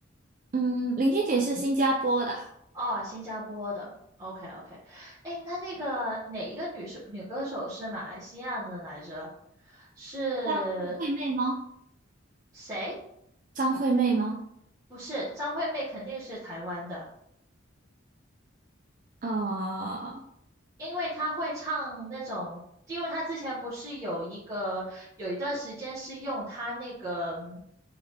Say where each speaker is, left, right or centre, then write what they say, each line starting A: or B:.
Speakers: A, on the right; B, on the right.
A: 嗯，林俊杰是新加坡的，
B: 哦，新加坡的。OK OK，哎，那那个哪一个女生女歌手是马来西亚的来着？是
A: 张惠妹吗？
B: 谁？
A: 张惠妹吗？
B: 不是，张惠妹肯定是台湾的。
A: 呃，
B: 因为他会唱那种，因为他之前不是有一个有一段时间是用他那个嗯